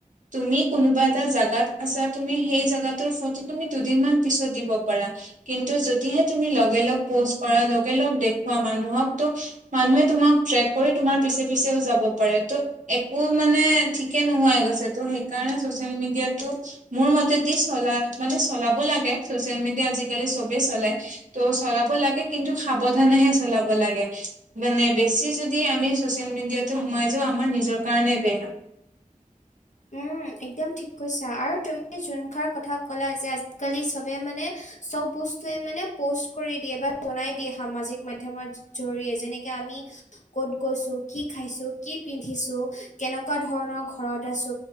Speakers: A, on the right; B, on the left.
A: তুমি কোনোবা এটা জাগাত আচ্ছা তুমি সেই জেগাটোৰ ফটো তুমি দুদিন মান পিছত দিব পাৰা। কিন্তু যদিহে তুমি লগে লগ পোষ্ট কৰা লগে লগ দেখুৱা মানুহক ত মানুহে তোমাক ট্ৰেক কৰি তোমাৰ পিছে পিছেও যাব পাৰে ত একো মানে ঠিকে নোহোৱাই গৈছে ত সেইকাৰণে চচিয়েল মিডিয়াটো মোৰ মতেদি চলা মানে চলাব লাগে ছ'চিয়েল মিডিয়া আজিকালি চবেই চলাই। ত চলাব লাগে কিন্তু সাৱধানেহে চলাব লাগে। মানে বেছি যদি আমি ছ'চিয়েল মিডিয়াটো সোমাই যাওঁ আমাৰ নিজৰ কাৰণে বেয়া।
B: উম একদম ঠিক কৈছা আৰু তুমি যোনখাৰ কথা ক'লা যে আজিকালি চবে মানে চব বস্তুয়ে মানে পোষ্ট কৰি দিয়ে বা জনাই দিয়ে সামাজিক মাধ্যমত জৰিয়ে যেনেকে আমি কত গৈছো, কি খাইছো, কি পিন্ধিছো, কেনেকুৱা ধৰণৰ ঘৰত আছো,